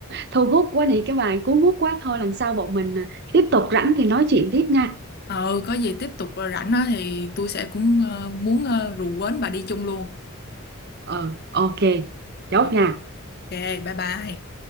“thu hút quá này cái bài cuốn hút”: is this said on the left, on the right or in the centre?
Right